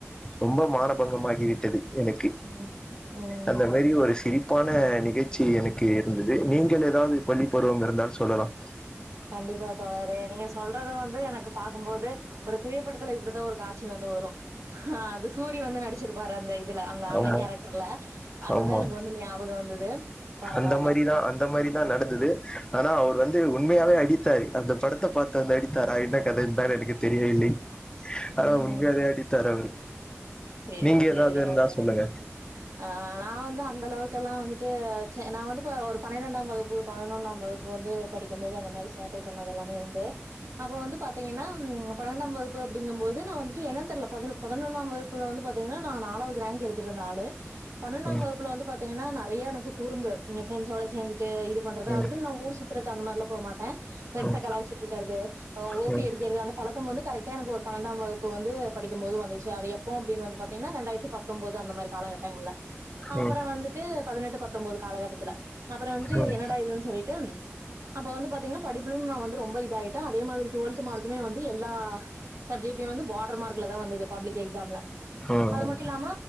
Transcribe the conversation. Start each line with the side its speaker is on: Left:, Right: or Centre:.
Left: ரொம்ப மானபங்கம ஆகி விட்டது எனக்கு
Right: ம் ம்
Left: அந்த மாரி ஒரு சிரிப்பு உப்பான நிகழ்ச்சி எனக்கு இருந்தது நீங்கள் ஏதாவது பள்ளி பருவம் இருந்தாலும் சொல்லலாம்
Right: கண்டிப்பா தோழரே நீங்க சொல்றது வந்து எனக்கு பாக்கும்போது ஒரு திரைப்படத்துல இப்படிதான் ஒரு காட்சி வந்து வரும் ஆஹ் அது சூரியா வந்து நடிச்சிருப்பாரு அந்த இதுல அந்த அண்ணன்
Left: ஆமா
Right: கேரக்டர்ல அதுதான்
Left: ஆமா
Right: எனக்கு வந்து ஞாபகம் வந்தது பரவால்ல
Left: அந்த மாதிரிதான் அந்த மாதிரிதான் நடந்தது ஆனா அவர் வந்து உண்மை உண்மையாவே அடித்தாரு அந்த படத்தை பார்த்து வந்து அடித்தாரா என்ன கதை இத்தானான்னு எனக்கு தெரியவில்லை
Right: ம்
Left: ஆஹ உண்மையாவே
Right: ம்
Left: அடித்தார் அவரு
Right: சேரி
Left: நீங்க
Right: சேரி
Left: ஏதாவது இருந்தா
Right: வத்தல்ல
Left: சொல்லுங்க
Right: ஆஹ் நான் வந்து அந்த அளவுக்கெல்லாம் வந்துட்டு நான் வந்து இப்ப ஒரு பன்னிரெண்டாம் வகுப்பு பதினொன்னாம் வகுப்பு வந்து படிக்கும் போது அந்த மாதிரி சேட்டை பண்ணது எல்லாமே உண்டு அப்போ வந்து பாத்தீங்கன்னா பன்னெண்டாம் வகுப்பு அப்படிங்கும் போது நான் வந்துட்டு என்னான்னு தெரல பதினொன்னாம் வகுப்பு வந்து பாத்தீங்கன்னா நாங்க நாலாவது ரேங்க் எடுத்து இருந்த ஆள் பன்ணென்டாம்
Left: ம்,
Right: வகுப்புல வந்து பாத்தீங்கன்னா நா நிறைய எனக்கு குறும்பு என் ஃபிரண்டஸோட சேர்ந்து இது பண்றது
Left: ம்,
Right: அதுக்கு ந ஊர் சுத்துறக்கு அந்த மாதிரிலாம் போகமாட்டேன் ஃபிரெண்ட்ஸ
Left: ம்,
Right: கலாய்ச்சிட்டு இருக்கறது ஓபி
Left: ம்,
Right: அடிக்கிறது அந்த பழக்கம் வந்து கரெக்ட் எனக்கு ஒரு பன்னெண்டாம் வகுப்பு வந்து படிக்கும் போது வந்துச்சு அதை அப்படின்னு வந்து பாத்தீங்கன்னா ரெண்டாயிரத்துபத்தொன்பது அந்தமாதிரி காலகட்டங்கள்ல அப்புறம்
Left: ம், ம்,
Right: வந்துட்டு பதினெட்டு பத்து பத்தொன்பது காலகட்டத்தில அப்புறம் வந்துட்டு
Left: ம்,
Right: என்னடா இதுன்னு சொல்லிட்டு அப்ப வந்து பாத்தீங்கன்னா படிப்பிலையும் நான் வந்து ரொம்ப இதாயிட்டேன் அதே மாதிரி டுவெல்த்து மார்க்குமே வந்து எல்லா சப்ஜெக்ட்லயும் வந்து பார்டர் மார்க்ல தான் வந்தது பப்ளிக் எக்ஸாம்ல
Left: ம்.
Right: அது மட்டும் இல்லாம